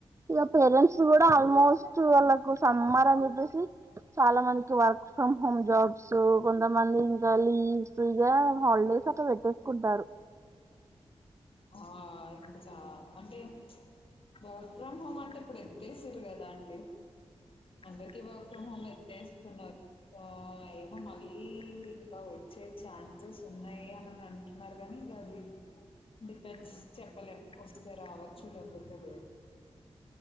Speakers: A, on the right; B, on the left.
A: ఇగా పేరెంట్స్ కూడా ఆల్మోస్ట్ వాళ్ళకు సమ్మార్ అని చెప్పేసి చాలా మందికి వర్క్ ఫ్రమ్ హోమ్ జాబ్స్ కొంతమంది ఇంకా లీవ్స్ ఇవే హాలిడే <unintelligible> పెట్టేసుకుంటారు.
B: ఆ ఇంకా చ అంటే వర్క్ ఫ్రమ్ హోమ్ అంటే ఇప్పుడు ఎత్తేసారు కదా అండి. అందరికి వర్క్ ఫ్రమ్ హోమ్ ఎత్తేస్తున్నారు. ఆ ఏమో మళ్ళీ ఇంకా వచ్చే ఛాన్సెస్ ఉన్నాయి అని అంటున్నారు గాని ఇంగాది డిపెండ్స్ చెప్పలేమ్ వస్తే రావచ్చు లేకపోతే లేదు.